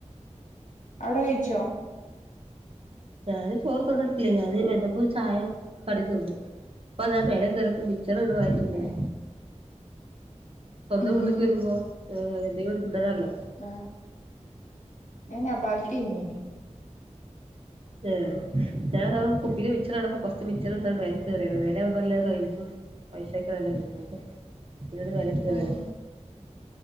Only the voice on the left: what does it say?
അവിടെ കേച്ചോ
ഏഹ്
ഉം
ഉം
ആഹ് ഞാൻ നബാട്ടി തിന്നീനി
ഉം ഉം